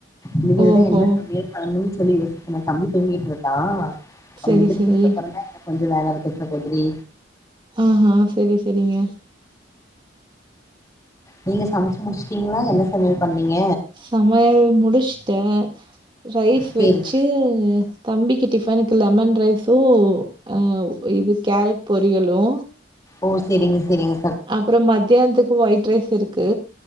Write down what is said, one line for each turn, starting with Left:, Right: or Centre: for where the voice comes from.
Left: இனிமேல்தா
Right: ஓஹோ
Left: என்ன சமையல் பன்னு சொல்லி யோசிக்கனு தம்பி தூங்கிட்ருக்கா அவ
Right: செரி
Left: எந்திருச்சதுகப்ரோதா
Right: செரி
Left: கொஞ்சொ வேல இருக்கூ சகோதரி
Right: ஆஹா செரி செரிங்க
Left: நீங்க சமச்சு முடிச்சுட்டீங்ளா என்ன சமையல் பண்ணீங்க
Right: சமையல் முடிஸ்ட்ட ரைஸ்
Left: சேரி
Right: வெச் டு தம்பிக்கி டிஃபனுக்கு லெமன் ரைஸு ஆ இது கேரட் பொரியலு
Left: ஓ செரிங்க செரிங்க
Right: அப்றோ மத்தியானத்துக்கு ஒயிட் ரைஸ் இருக்கு